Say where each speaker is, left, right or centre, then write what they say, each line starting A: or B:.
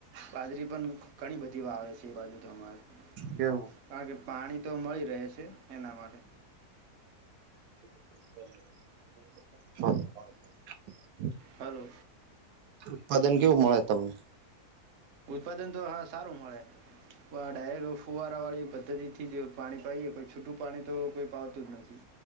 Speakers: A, on the right; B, on the right.
A: બાજરી પણ ઘણી બધી વાવે છે એ બાજુ તો અમારે
B: કેવું
A: કારણ કે પાણી તો મળી રહે છે એના માટે
B: <unintelligible>
A: હલો
B: ઉત્પાદન કેવું મળે તમને?
A: ઉત્પાદન તો હા સારું મળે ડાયરેક્ટ ફુવારા વાળી પદ્ધતિ થી જ પાણી પાએ કોઈ છૂટું પાણી તો કોઈ પાવતું જ નથી.